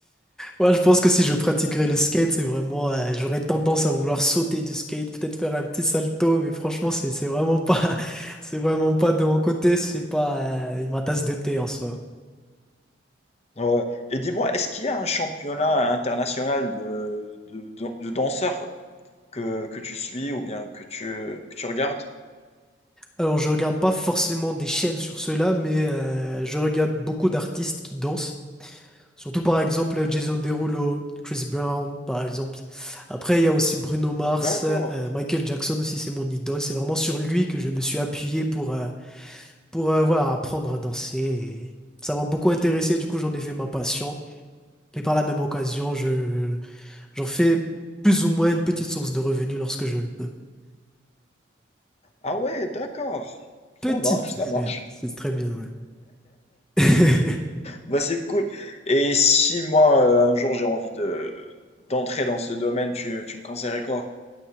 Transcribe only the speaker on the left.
Ouais. Et dis-moi, est-ce qu'il y a un championnat international de, de, de, de danseurs que, que tu suis ou bien que tu, que tu regardes?
D'accord.
Ah ouais, d'accord.
Ça marche, ça marche.
Bah, c'est cool. Et si moi, euh, un jour, j'ai envie de, d'entrer dans ce domaine, tu, tu me conseillerais quoi?